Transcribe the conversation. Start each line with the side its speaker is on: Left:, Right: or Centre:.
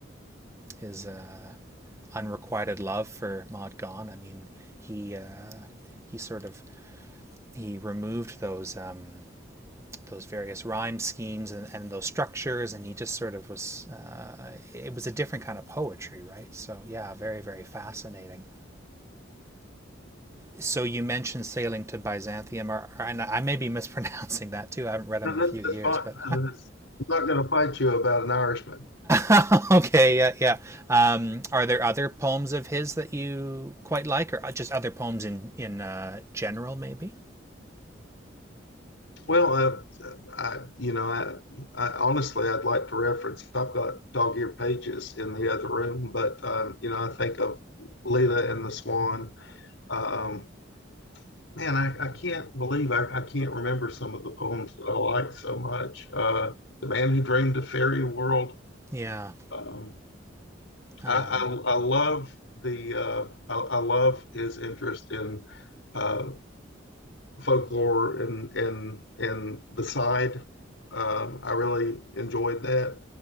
Right: his uh, unrequited love for Maud Gonne. I mean, he uh, he sort of he removed those um, those various rhyme schemes and, and those structures, and he just sort of was uh, it was a different kind of poetry, right? So yeah, very very fascinating. So you mentioned sailing to Byzantium, or, or- and I may be <laughs> mispronouncing that too. I haven't read him
Left: No,
Right: in a
Left: that,
Right: few years,
Left: that's fine.
Right: but
Left: Uh, I'm not going to fight you about an Irishman.
Right: <laughs> okay, yeah, yeah. Um, are there other poems of his that you quite like, or just other poems in in uh, general, maybe?
Left: Well, uh, I, you know, I, I honestly, I'd like to reference. I've got dog ear pages in the other room, but um, you know, I think of Lita and the Swan. uh, Um, man, I, I can't believe I, I can't remember some of the poems that I like so much. Uh, the Man Who Dreamed a Fairy World.
Right: Yeah.
Left: Um,
Right: Um,
Left: I, I, I love the uh, I, I love his interest in uh, folklore and and and the side. Um, I really enjoyed that.